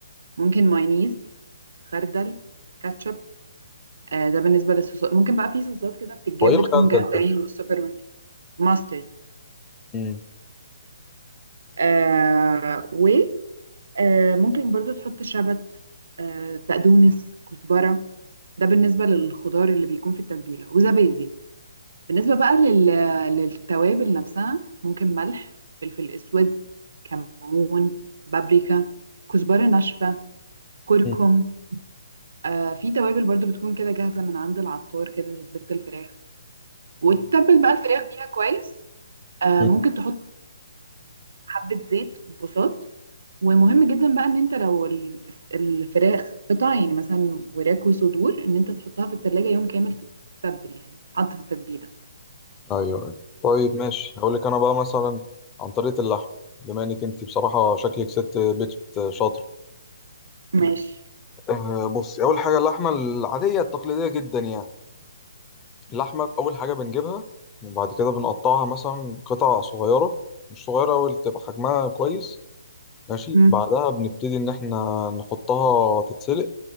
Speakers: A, on the right; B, on the left.
A: ممكن مايونيز خردل كاتشب آه، ده بالنسبة للصوصات ممكن بقى في صوصات كده بتتجاب
B: هو ايه الخردل
A: بتكون جاهزة
B: ده
A: يعني من السوبر ماركت ماسترد
B: مم.
A: آه وممكن برضو تحط شبت آه بقدونس كزبرة ده بالنسبة للخضار اللي بيكون في التتبيلة وزبادي بالنسبة بقى لل... للتوابل نفسها ممكن ملح فلفل اسود كمون بابريكا كزبرة ناشفة كركم
B: مم.
A: آه في توابل برضو بتكون كده جاهزة من عند العطار كده تتبيلة الفراخ وتتبل
B: مم.
A: بقى الفراخ بيها كويس آه
B: مم.
A: ممكن تحط حبة زيت بساط ومهم جدا بقى ان انت لو ال- الفراخ قطع يعني مثلا وراك وصدور ان انت تحطها في التلاجة يوم كامل تتبل يعني حط في التتبيلة
B: ايوه أيوة. طيب ماشي هقول لك انا بقى مثلا عن طريقه اللحم بما انك انت بصراحه شكلك ست بيت شاطر
A: ماشي
B: أه بصي اول حاجه اللحمه العاديه التقليديه جدا يعني اللحمه اول حاجه بنجيبها وبعد كده بنقطعها مثلا قطع صغيره مش صغيره أوي تبقى حجمها كويس ماشي
A: مم.
B: بعدها بنبتدي ان احنا نحطها تتسلق